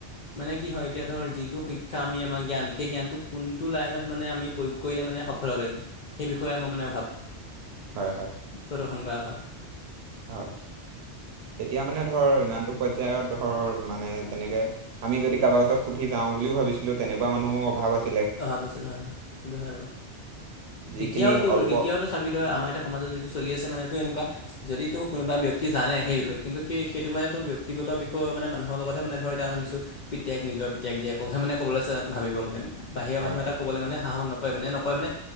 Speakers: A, on the left; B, on the right.
A: মানে কি হয় এতিয়া ধৰ যিটো শিক্ষা আমি আমাৰ জ্ঞান সেই জ্ঞানটো কোনটো লাইনত মানে আমি প্ৰয়ো কৰিলে মানে সফল হ'ব পাৰিম সেই বিষয়ে আমাৰ মানে অভাৱ,
B: হয় হয়
A: প্ৰদৰ্শন কৰাৰ অভাৱ।
B: হয়, তেতিয়া মানে ধৰ ইমানটো পৰ্যায়ত ধৰ মানে তেনেকে আমি যদি কাৰোব ওচৰত সুঠি যাওঁ বুলিও ভাবিছিলো তেনেকুৱা মানুহৰ অভাৱ আছে।
A: অভাৱ আছিল হয় হয় সেইটো হয় বাৰু,
B: যিখিনি
A: এতিয়াও তোৰ
B: অল্প
A: এতিয়াও চাবি তই আমাৰ এতিয়া সমাজত যিটো চলি আছে মানে এইটো এনেকোৱা যদিতো কোনোবা ব্যক্তিয়ে জানে সেই বিষয়ে কিন্তু সেই সেইটো মানে তো ব্যক্তিগত বিষয় মানে মানুহৰ লগতহে মানে ধৰ এতিয়া শুনিছোঁ পিতেক নিজৰ পিতেক জীয়েকহে মানে ক'বলৈ ভাবিব মানে। বাহিৰৰ
B: হয়
A: মানুহ
B: হয়
A: এটা ক'বলৈ মানে সাহস নকৰে মানে নকয় মানে